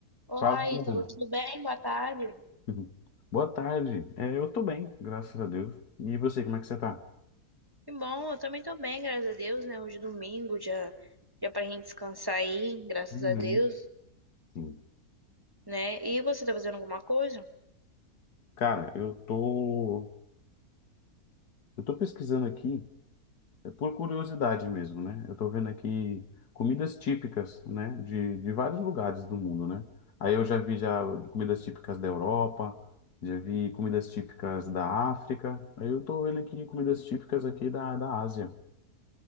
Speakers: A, on the right; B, on the left.
A: Olá,
B: Fala, Juliana.
A: Ítalo, tudo bem? Boa tarde.
B: Uhum. Boa tarde. É, eu tô bem, graças a Deus. E você, como é que você tá?
A: Que bom, eu também tô bem, graças a Deus, né? Hoje é domingo, já, já pra gente descansar aí, graças
B: Uhum.
A: a Deus,
B: Sim.
A: né? E você tá fazendo alguma coisa?
B: Cara, eu tô, eu tô pesquisando aqui, é por curiosidade mesmo, né? Eu tô vendo aqui comidas típicas, né, de, de vários lugares do mundo, né? Aí eu já vi já comidas típicas da Europa, já vi comidas típicas da África. Aí eu tô vendo aqui comidas típicas aqui da, da Ásia.